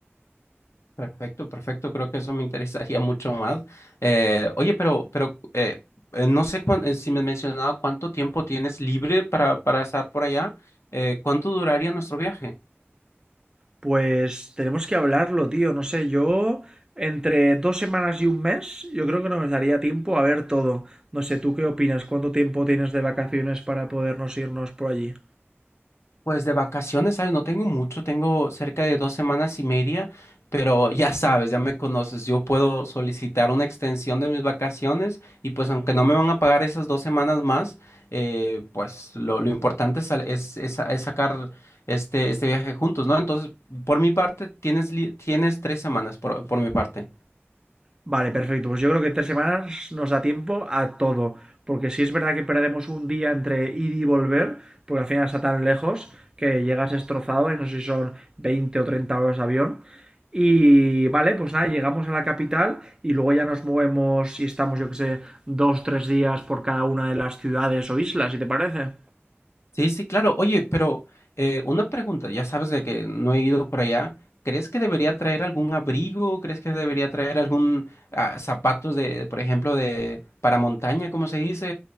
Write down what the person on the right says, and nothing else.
Pues tenemos que hablarlo, tío. No sé, yo entre dos semanas y un mes, yo creo que nos daría tiempo a ver todo. No sé, ¿tú qué opinas? ¿Cuánto tiempo tienes de vacaciones para podernos irnos por allí?
Vale, perfecto. Pues yo creo que tres semanas nos da tiempo a todo. Porque si es verdad que perdemos un día entre ir y volver, porque al final está tan lejos que llegas destrozado y no sé si son 20 o 30 horas de avión. Y vale, pues nada, llegamos a la capital y luego ya nos movemos y estamos, yo que sé, dos, tres días por cada una de las ciudades o islas, si te parece.